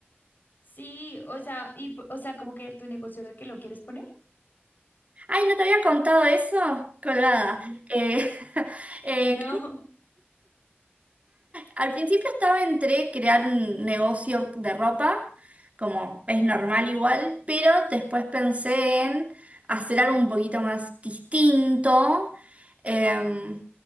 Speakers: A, on the left; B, on the right.
A: Sí, o sea, y, p- o sea, como que tu negocio de que lo quieres poner.
B: Ay, no te había contado eso, colgada.
A: Mm.
B: Eh, <laughs>
A: <laughs>
B: eh,
A: No.
B: Al principio estaba entre crear un negocio de ropa, como es normal igual, pero después pensé en hacer algo un poquito más distinto. eh,